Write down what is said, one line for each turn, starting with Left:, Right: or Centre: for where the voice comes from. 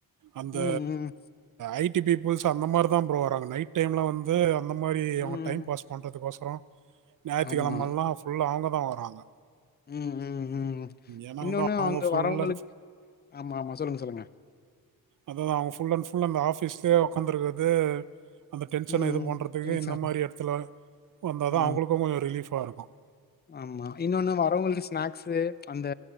Right: அந்த
Left: ம் ம்
Right: ஐ டி பீப்புல்ஸ் அந்த மாரி தா ப்ரோ வராங்க நைட் டைம்ல வந்து அந்த மாரி அவுங்க
Left: ம்
Right: டைம் பாஸ் பண்றதுக்கொசரம் ஞாயித்துக்கெழமல்லாம்
Left: ஆமா
Right: ஃபுல்லா அவுங்க தா வராங்க
Left: ம் ம் ம்
Right: ஏன்னா
Left: இன்னொன்னு
Right: வந்து அவங்க
Left: அங்க
Right: ஃபுல்
Left: வரவங்களுக்
Right: அண்ட்
Left: ஆமா ஆமா சொல்லுங்க சொல்லுங்க
Right: அததா அவுங்க ஃபுல் அண்ட் ஃபுல் அந்த ஆஃபீஸ்லே உக்காந்துருக்கிறது அந்த டென்ஷன
Left: ம்
Right: இது
Left: ம்
Right: பண்றதுக்கு
Left: இல்லைங்க
Right: இந்த
Left: சார்
Right: மாரி எடத்துல வந்தாதா
Left: ஆ
Right: அவுங்களுக்கும் கொஞ்சம் ரிலீஃபா இருக்கும்
Left: ஆமா இன்னொன்னு வரவங்களுக்கு ஸ்நாக்ஸு அந்த